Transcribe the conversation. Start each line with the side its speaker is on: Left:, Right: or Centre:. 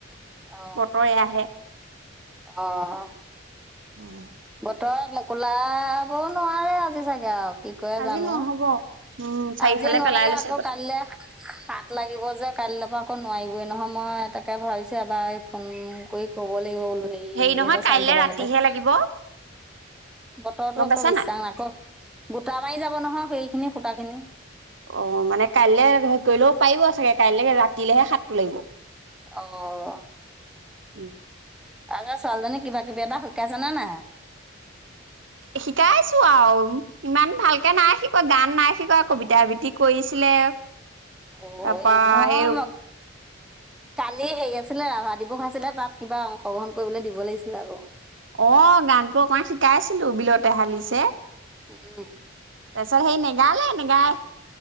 Centre: অ
Right: বতৰ এয়াহে।
Centre: অ'!
Right: উম!
Centre: বতৰ মকোলাব নোৱাৰে আজি চাগে আৰু। কি কয়
Right: আজি
Centre: জানো!
Right: নহ'ব উম চাৰিওফালে
Centre: আজি নোৱাৰিলে।
Right: পেলাই লৈছে
Centre: আকৌ কাইলৈ হাত লাগিব যে কাইলৈ পৰা আকৌ নোৱাৰিবই নহয়। মই তাকে ভাবিছোঁ এবাৰ ফোন কৰি ক'ব লাগিব বো সেই
Right: হেৰি নহয়
Centre: ইহঁতৰ চাৰি
Right: কাইলে
Centre: <unintelligible>
Right: ৰাতিহে
Centre: লৈকে
Right: লাগিব
Centre: বতৰতো
Right: গম
Centre: আকৌ
Right: পাইছা
Centre: বিশ্বাস নাই। আকৌ গোটা মাৰি যাব নহয় সেইখিনি ফুটাখিনি।
Right: অ' মানে কাইলৈ হেৰি কৰিলেও পাৰিব চাগে, কাইলৈ ৰাতিলেহে সাতটো লাগিব।
Centre: অ'!
Right: উম!
Centre: ৰাজা ছোৱালীজনী কিবা কিবি এটা শিকা জানা নাই আও।
Right: শিকাইছোঁ আৰু ইমান ভালকে নাই শিকোৱা। গান নাই শিকোৱা, কবিতা আবৃতি কৰিছিলে।
Centre: অ'!
Right: তাৰপা
Centre: এ, নহয়
Right: এই
Centre: ম কালি হেৰি আছিলে, ৰাভা দিৱস আছিলে। তাত কিবা অংশগ্ৰহণ কৰিবলৈ দিব লাগিছিলে আকৌ।
Right: অ' গানটো অকমান শিকাইছিলোঁ বিলতে হালিছে।
Centre: উম,
Right: তাৰপিছত সেই নে গানে নেগায়।